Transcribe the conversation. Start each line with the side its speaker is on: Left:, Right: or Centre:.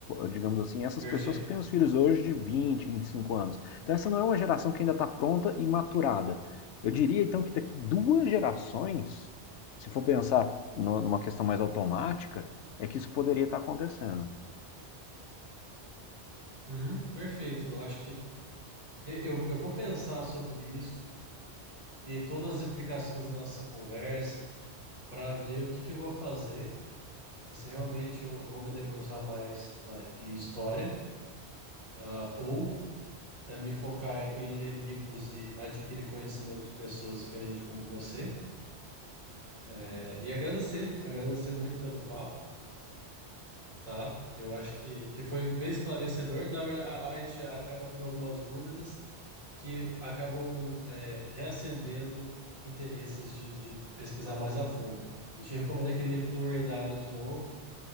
Left: Digamos assim, essas
Right: Perfeito.
Left: pessoas que têm os filhos hoje de vinte, vinte e cinco anos. Então, essa não é uma geração que ainda está pronta e maturada. Eu diria, então, que daqui duas gerações, se for pensar no- numa questão mais automática, é que isso poderia estar acontecendo.
Right: Uhum, perfeito. Eu acho que eu, eu vou pensar sobre isso e todas as implicações da nossa conversa para ver o que que eu vou fazer e se realmente eu vou me debruçar mais na em história ah, ou é, me focar em ler livros e adquirir conhecimento de pessoas experientes como você. É, e agradecer, te agradecer muito pelo papo, tá? Eu acho que, que foi bem esclarecedor. Na verdade, a, a gente acaba tendo algumas dúvidas que acabam é, reacendendo interesses de, de pesquisar mais a fundo. E te recomendo aquele livro do Ray Dalio de novo